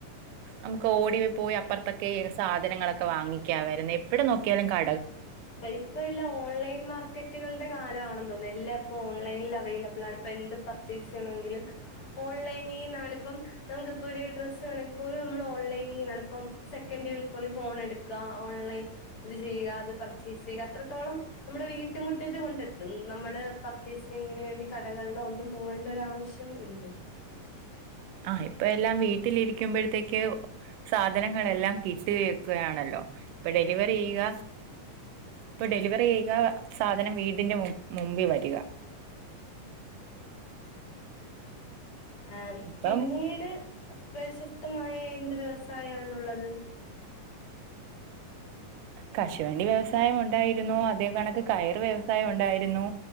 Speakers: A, on the right; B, on the left.
A: നമുക്ക് ഓടി പോയി അപ്പർത്തക്കെ സാധനങ്ങളൊക്കെ വാങ്ങിക്കാ വരുന്നേ എവിട നോക്കിയാലും ക
B: അപ്പ ഇപ്പ എല്ലാ ഓൺലൈൻ മാർക്കറ്റുകൾടെ കാലാണെന്ന് തോന്നുന്നു എല്ലാ ഇപ്പ ഓൺ ഓൺലൈനിൽ അവൈലബ്ളാണ് ഇപ്പ എന്ത് പർച്ചേസെയ്യണോങ്കിലും ഓൺലൈനീനാണ് ഇപ്പം നമുക്കൊപ്പൊരു ഈ ഡ്രസ്സ് വേണെങ്കി പോലും നമ്മള് ഓൺലൈനീന്നാണിപ്പം സെക്കന്റ് കൾക്കുള്ളി ഫോൺ എടുക്കാ ഓൺലൈൻ ഇത് ചെയ്കാ അത് പർച്ചേസെയ്ക അത്രത്തോളം നമ്മുടെ വീട്ടുമുറ്റത്ത് കൊണ്ടെത്തും നമ്മള് പർച്ചേസിങ്ങിനു വേണ്ടി കടക വെള്ള ഒന്നും പോവണ്ട ഒരാവശ്യം ഇല്ല
A: ആ ഇപ്പ എല്ലാം വീട്ടിലിരിക്കുമ്പോഴത്തേക്ക് സാധനങ്ങളെ എല്ലാം കിട്ടുകയെക്കയാണല്ലോ ഇപ്പ ഡെലിവറിയ്യുക ഇപ്പ ഡെലിവറിയ്യുക സാധനം വീട് ടിന്റെ മും മുമ്പി വരിക
B: ആം
A: ഇപ്പം
B: പിന്നീട് അ പ്രശസ്തമായ എന്ത് വ്യവസായാണുള്ളത്
A: കശുവണ്ടി വ്യവസായം ഉണ്ടായിരുന്നു അതേ കണക്ക് കയർ വ്യവസായോണ്ടായിരുന്നു